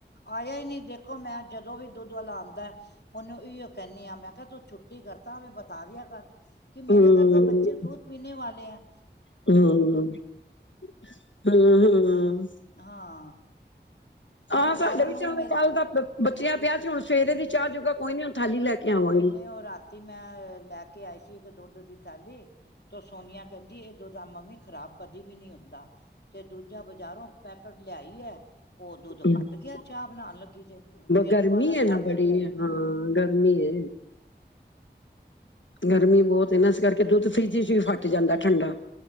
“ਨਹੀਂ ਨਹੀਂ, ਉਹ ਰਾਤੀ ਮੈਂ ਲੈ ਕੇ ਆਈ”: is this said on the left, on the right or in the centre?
Left